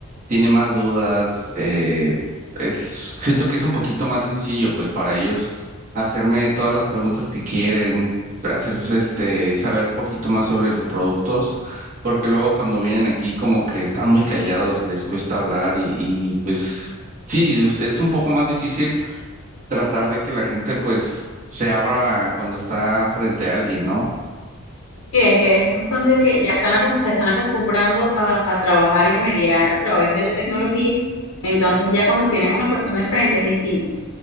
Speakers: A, on the right; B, on the left.
A: tiene más dudas, eh, es, siento que es un poquito más sencillo, pues, para ellos hacerme todas las preguntas que quieren, hacer, este, saber poquito más sobre los productos, porque luego cuando vienen aquí como que están muy callados, les cuesta hablar y, y pues, sí, es, es un poco más difícil tratar de que la gente, pues, se abra cuando está frente a alguien, ¿no?
B: Sí, es que es cuestión de que ya están acos- se están acostumbrando a, a trabajar y a mediar a través de la tecnología, entonces ya cuando tienen una persona enfrente es distinto.